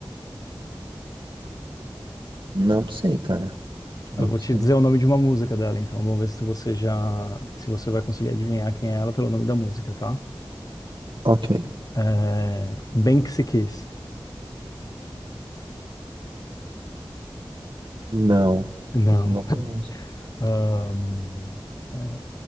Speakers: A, on the right; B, on the left.
A: não sei, cara. Não
B: Eu vou te
A: sei.
B: dizer o nome de uma música dela, então vamos ver se você já, se você vai conseguir adivinhar quem é ela pelo nome da música, tá?
A: Ok.
B: É... Banksy Kiss.
A: Não,
B: Não.
A: não conheço.
B: Ahn, é,